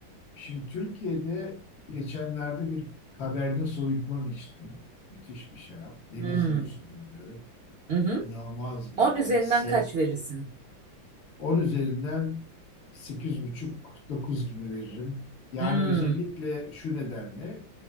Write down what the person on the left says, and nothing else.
Şimdi Türkiye'de geçenlerde bir Cabernet Sauvignon içtim. Müthiş bir şarap. Denizli
üzümüydü.
İnanılmaz
böyle
sek.
on üzerinden sekiz buçuk dokuz gibi veririm. Yani
özellikle şu nedenle